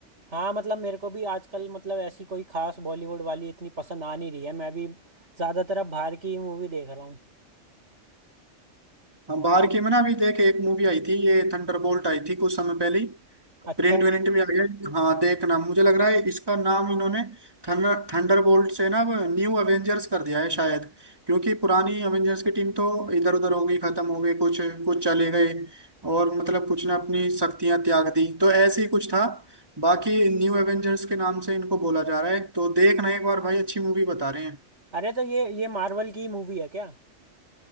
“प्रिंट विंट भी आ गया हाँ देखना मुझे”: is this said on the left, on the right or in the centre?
Right